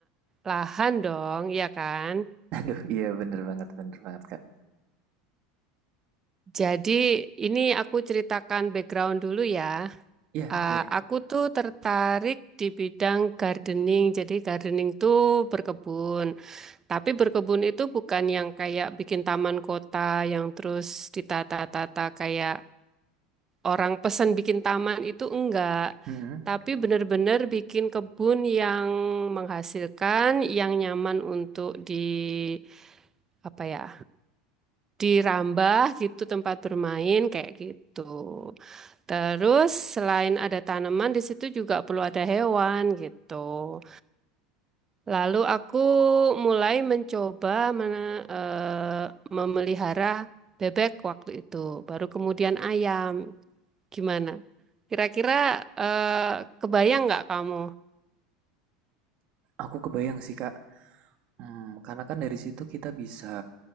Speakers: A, on the right (about 15°); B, on the right (about 40°).
A: lahan dong, ya kan?
B: <laughs> Aduh, iya bener banget, bener banget kak.
A: Jadi ini aku ceritakan background dulu ya.
B: Iya,
A: Ah,
B: iya.
A: aku tuh tertarik di bidang gardening. Jadi gardening tuh berkebun. Tapi berkebun itu bukan yang kayak bikin taman kota yang terus ditata-tata kayak orang pesan bikin taman itu enggak.
B: Mm-mm.
A: Tapi benar-benar bikin kebun yang menghasilkan, yang nyaman untuk di apa ya? dirambah gitu tempat bermain kayak gitu. Terus selain ada tanaman di situ juga perlu ada hewan gitu. Lalu aku mulai mencoba mena- eh, memelihara bebek waktu itu, baru kemudian ayam. Gimana? Kira-kira eh, kebayang nggak kamu?
B: Aku kebayang sih kak. Hmm, karena kan dari situ kita bisa